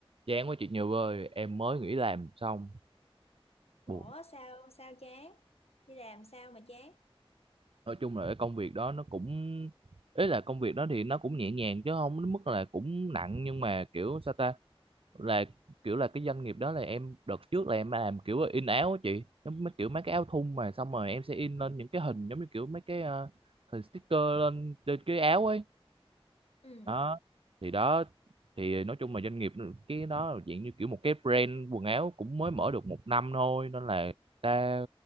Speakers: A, on the right (about 65°); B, on the left (about 85°).
A: Chán quá chị Như ơi, em mới nghỉ làm xong,
B: Ủa
A: buồn.
B: sao sao chán? Đi làm sao mà chán?
A: Nói chung là cái công việc đó nó cũng ý là công việc đó thì nó cũng nhẹ nhàng chứ không đến mức là cũng nặng nhưng mà kiểu sao ta là kiểu là cái doanh nghiệp đó là em đợt trước là em làm kiểu in áo á chị giống mấy kiểu mấy cái áo thun mà xong rồi em sẽ in lên những cái hình giống như kiểu mấy cái ờ, hình sticker lên trên cái áo ấy
B: Ừ.
A: đó thì đó thì nói chung là doanh nghiệp cái đó là dạng như kiểu một cái brand quần áo cũng mới mở được một năm thôi nên là người ta